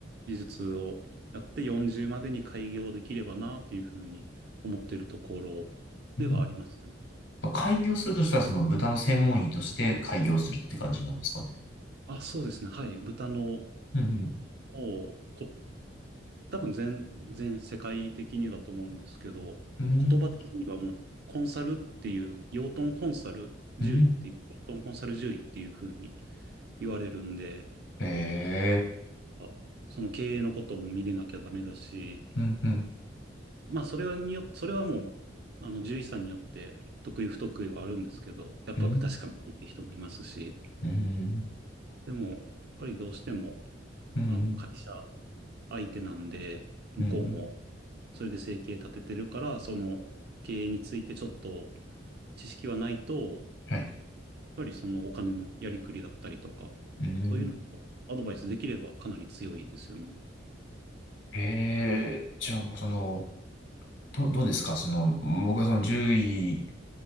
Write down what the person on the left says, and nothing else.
うん。と開業するとしたら、その豚の専門医として開業するって感じなんですかね。
うん、
うん、
うん、
へえ、
うん、うん、
うん、うん、
うん、うん。
うん
はい。
うん。
へえ、じゃあもうその、ど、どうですかその、僕はその獣医